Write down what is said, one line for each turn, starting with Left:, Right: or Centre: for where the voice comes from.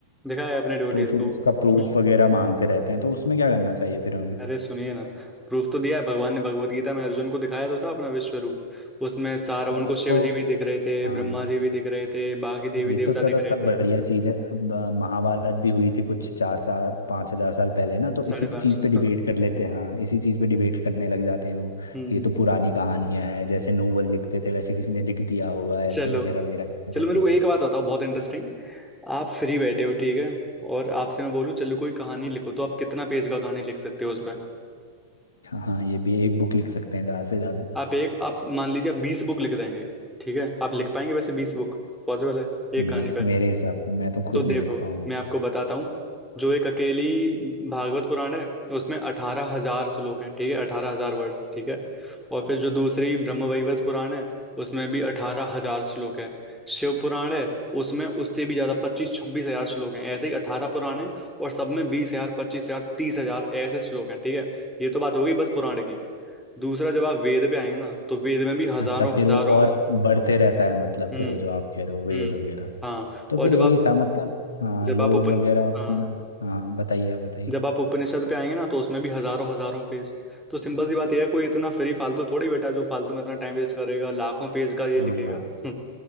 Centre: दिखाया है अपने डिवोटीज
Left: तो फिर
Centre: को
Left: उसका
Centre: <laughs>
Left: प्रूफ
Centre: हम्म,
Left: वगैरह मांगते रहते हैं तो उसमें क्या करना चाहिए फिर हमें
Centre: अरे सुनिए ना प्रूफ तो दिया है भगवान ने भगवत गीता में अर्जुन को दिखाया तो था अपना विश्व रूप उसमें सारा उनको
Left: अब उसको
Centre: शिव जी भी दिख रहे थे
Left: हाँ
Centre: ब्रह्मा जी भी दिख रहे थे बाकी देवी
Left: ये
Centre: देवता
Left: तो चलो
Centre: दिख
Left: सब
Centre: रहे
Left: बढ़िया
Centre: थे
Left: चीज है अब, अ, महाभारत भी हुई थी कुछ चार साल पाँच हजार साल पहले ना तो
Centre: साढ़े
Left: इसी
Centre: पांच
Left: चीज पे डिबेट
Centre: हाँ
Left: कर लेते हैं हाँ इसी चीज पे डिबेट करने लग जाते हैं वो
Centre: हम्म
Left: ये तो पुरानी कहानियां हैं जैसे नोवेल लिखते थे वैसे किसी ने लिख दिया होगा ऐसे
Centre: चलो
Left: वगैरह वगैरह करते
Centre: चलो
Left: रहते
Centre: मेरे को
Left: हैं
Centre: एक बात बताओ बहुत इंटरेस्टिंग आप फ्री बैठे हो ठीक है और आपसे मैं बोलूं चलो कोई कहानी लिखो तो आप कितना पेज का कहानी लिख सकते हो उस
Left: हाँ हाँ ये भी एक बुक लिख सकते हैं ज्यादा से ज्यादा
Centre: आप एक आप मान लीजिए आप बीस बुक लिख देंगे ठीक है आप लिख पाएंगे वैसे बीस बुक पॉसिबल है एक
Left: नहीं
Centre: कहानी पे?
Left: मेरे हिसाब से मैं तो खुद
Centre: तो देखो
Left: नहीं लिख पाऊंगा
Centre: मैं आपको बताता हूँ जो एक अकेली भागवत पुराण है उसमें अठारह हजार श्लोक हैं ठीक है अठारह हजार वर्ष ठीक है और फिर जो दूसरी ब्रह्मवैवर्त पुराण है उसमें भी अठारह हजार श्लोक है शिव पुराण है उसमें उससे भी ज्यादा पच्चीस छब्बीस हजार श्लोक हैं ऐसे ही अठारह पुराण हैं और सब में बीस हजार पच्चीस हजार तीस हजार ऐसे श्लोक हैं ठीक है ये तो बात हो गई बस पुराण की दूसरा जब आप वेद पे आएंगे ना तो वेद में भी हजारों
Left: तो अच्छा फिर
Centre: हजारों
Left: फिर वो और बढ़ते रहता है मतलब
Centre: हम्म
Left: फिर वो जो आप कह रहे हो वेद
Centre: हम्म
Left: वगैरह
Centre: हाँ
Left: तो
Centre: और
Left: फिर
Centre: जब
Left: यही
Centre: आप
Left: था मतलब हाँ
Centre: जब
Left: लोग
Centre: आप उपन
Left: वगैरह अपना
Centre: हाँ
Left: हाँ बताइए आप बताइए
Centre: जब आप उपनिषद पे आएंगे ना तो उसमें भी हजारों हजारों पेज तो सिंपल सी बात यह है कोई इतना फ्री फालतू थोड़ी बैठा है जो फालतू में इतना टाइम वेस्ट करेगा लाखों पेज का ये
Left: हाँ
Centre: लिखेगा हम्म,